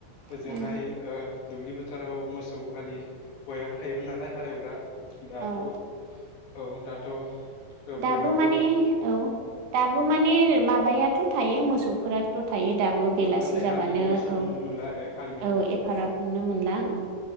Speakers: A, on the left; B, on the right.
A: ओजोंहाय
B: उम
A: ओ दुब्लि बोथोराव मोसौ हालि बयहाबो थायोमोन नालाय हालेवग्रा दाथ'
B: औ
A: औ दाथ'
B: दाबो
A: बयनावबो
B: माने औ दाबो माने माबायाथ' थायो मोसौफोराथ' थायो दाबो बेलासि
A: औ नाथाय
B: जाबानो
A: हालिखौ एसेबां
B: औ।
A: नुनो मोनला आरो हालिखौ
B: औ एफाराब नुनो मोनला औ